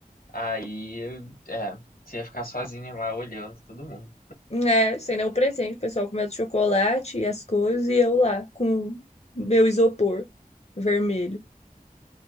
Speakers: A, on the left (about 80°); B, on the left (about 45°).
A: aí, é, você ia ficar sozinha lá olhando todo mundo.
B: É, sem nenhum presente. O pessoal comendo chocolate e as coisas, e eu lá com meu isopor vermelho.